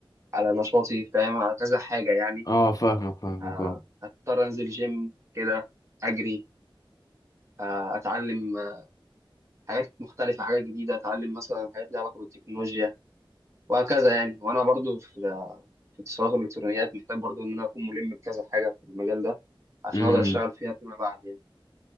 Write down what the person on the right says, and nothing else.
على نشاطي فاهم على كذا حاجة يعني
آه،
هضطر أنزل جيم كده أجري آه، أتعلم آه، حاجات مختلفة حاجات جديدة أتعلم مثلا حاجات ليها علاقة بالتكنولوجيا وهكذا يعني وأنا برضو في في اتصالات والإلكترونيات محتاج برضو إن أنا أكون ملم بكذا حاجة في المجال ده عشان
أقدر أشتغل فيها فيما بعد يعني